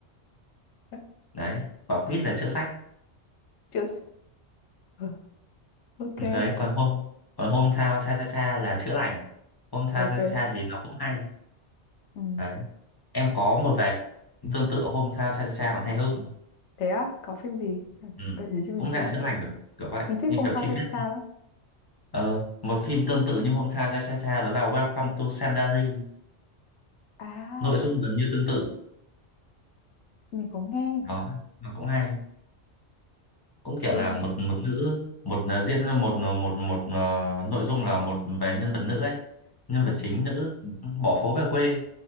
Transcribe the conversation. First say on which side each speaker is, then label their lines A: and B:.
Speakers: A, on the left; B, on the left.
A: <laughs>
B: đấy quả quýt là chữa rách
A: chữa Ờ, ok
B: đấy còn hôm còn hôm thao cha cha cha là chữa lành hôm thao
A: ok
B: cha cha cha thì nó cũng hay
A: ừ.
B: đấy em có một vài tương tự hôm thao cha cha cha còn hay hơn
A: thế á có phim gì
B: ừ.
A: gợi ý cho mình
B: cũng
A: xem
B: dạng chữa lành kiểu, kiểu vậy
A: mình thích
B: như
A: Hometown
B: kiểu chị
A: Cha
B: biết
A: cha cha lắm
B: ờ một phim tương tự như hôm thao cha cha cha đó là Welcome to Sandari
A: à
B: nội dung gần như tương tự
A: mình có nghe
B: nó nó cũng hay cũng kiểu
A: um,
B: là một một nữ một ờ, diễn ra một ờ, một một ờ, nội dung là một về nhân vật nữ ấy nhân
A: ờ,
B: vật chính nữ bỏ phố về quê